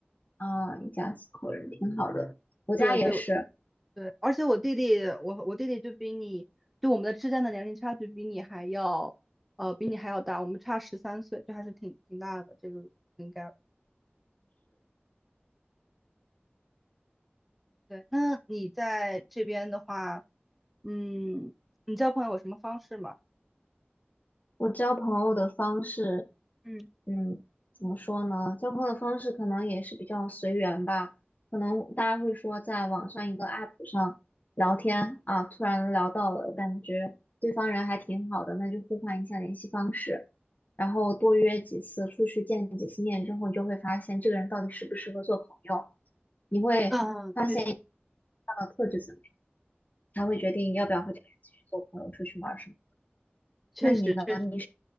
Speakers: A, on the left; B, in the centre.
A: 啊、一家四口人，挺好的。我家也是，
B: 对对对，而且我弟弟，我我弟弟就比你，就我们的之间的年龄差距比你还要，呃，比你还要大，我们差十三岁，这还是挺挺大的，这个应该对。那你在这边的话，嗯，你交朋友有什么方式吗？
A: 我交朋友的方式，
B: 嗯
A: 嗯，怎么说呢？交朋友的方式可能也是比较随缘吧。可能大家会说，在网上一个 app 上聊天啊，突然聊到了，感觉对方人还挺好的，那就互换一下联系方式，然后多约几次出去见几次面之后，你就会发现这个人到底适不适合做朋友，你会发现
B: 嗯，确实。
A: 他的特质怎么样，才会决定要不要和这个人继续做朋友，出去玩儿什么。
B: 确实确实，
A: 那你呢？你？